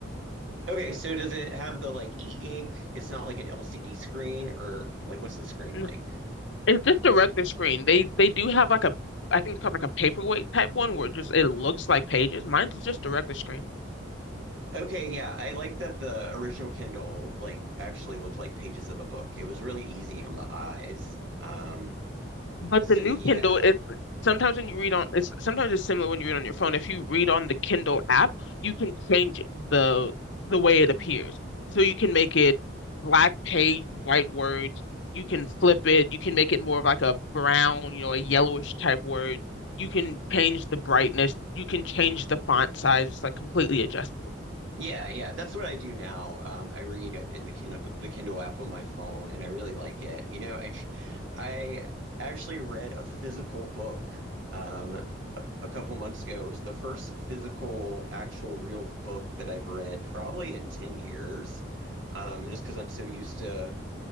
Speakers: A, on the right; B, on the left.
A: Okay, so does it have the like e-ink? It's not like an LCD screen or like what's the screen
B: Mm.
A: like?
B: It's just a regular screen. They they do have like a I think it's called like a paperweight type one where it just it looks like pages. Mine's just a regular screen.
A: Okay, yeah, I like that the original Kindle like actually looked like pages of a book. It was really easy on the eyes. Um,
B: But
A: so
B: the new
A: yeah.
B: Kindle, if sometimes when you read on, it's sometimes it's similar when you read on your phone. If you read on the Kindle app, you can change the the way it appears. So you can make it black page, white words. You can flip it. You can make it more of like a brown, you know, a yellowish type word. You can change the brightness. You can change the font size. It's like completely adjustable.
A: Yeah, yeah, that's what I do now. Um, I read it in the Kindle the Kindle app on my phone and I really like it. You know, I tr- I actually read a physical book um a, a couple months ago. It was the first physical actual real book that I've read probably in 10 years. Um, just because I'm so used to